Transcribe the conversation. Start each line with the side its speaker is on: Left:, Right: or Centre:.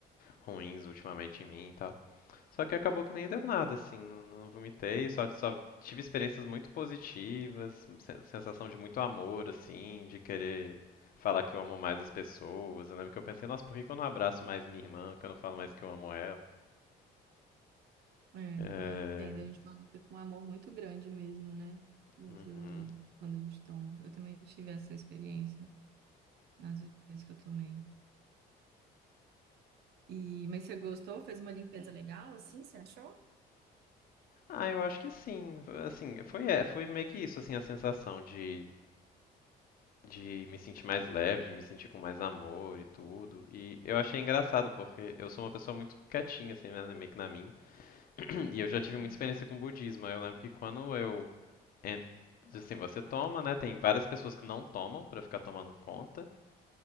Left: ruins ultimamente em mim e tal. Só que acabou que nem deu nada, assim, não, não vomitei, só, só tive experiências muito positivas, sen- sensação de muito amor, assim, de querer falar que eu amo mais as pessoas. Eu lembro que eu pensei, nossa, por que que eu não abraço mais minha irmã, que eu não falo mais que eu amo ela?
Right: É,
Left: É...
Right: eu entendo. A gente conecta com um amor muito grande mesmo, né? Dentro
Left: Uhum.
Right: do... Quando a gente toma. Eu também tive essa experiência nas vezes que eu tomei. E... Mas você gostou? Fez uma limpeza legal, assim? Você achou?
Left: Ah, eu acho que sim. Assim, foi, é, foi meio que isso, assim, a sensação de, de me sentir mais leve, de me sentir com mais amor e tudo. E eu achei engraçado, porque eu sou uma pessoa muito quietinha, assim, né, meio que na minha. E eu já tive
Right: Uhum,
Left: muita experiência com budismo. Eu lembro que quando eu. en- Assim, você toma, né? Tem várias pessoas que não tomam pra ficar tomando conta.